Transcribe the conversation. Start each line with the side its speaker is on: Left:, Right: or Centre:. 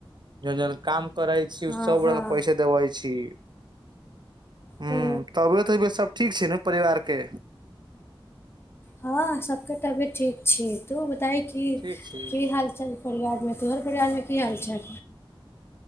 Right: जन जन काम करै छी
Left: हँ
Right: ओ सभगोरेक
Left: हँ
Right: पैसे देबै छी हूं
Left: ओ
Right: तबियत अबियतसभ ठीक छै ने परिवारके
Left: हँ सबके तबियत ठीक छी तू बताह कि
Right: ठीक छी
Left: की हाल चाल परिवारमे तोहर परिवारमे की हालचाल